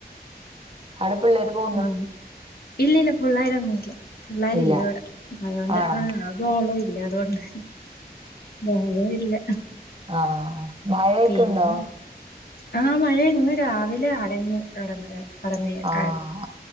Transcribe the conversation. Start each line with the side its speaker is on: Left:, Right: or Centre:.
Right: ആടെപ്പിള്ളേരു പൊ
Left: ഉം ഇല്ലല്ല പള്ളേർൊന്നുംല്ല പിള്ളേരില്ല
Right: ഇല്ല
Left: ഇവിടെ അതുകൊണ്ട്
Right: ആണോ
Left: ആഹ് അതോ ഓളോ ഇല്ല അതോണ്ട് നോള ഇല്ല
Right: ആഹ് മഴയൊക്കെ
Left: പിന്നെ
Right: ഉണ്ടോ
Left: ആഹ് മഴ ഇന്ന് രാവിലെ അടഞ് കടന്ന് കടന്നക്ക
Right: ആഹ്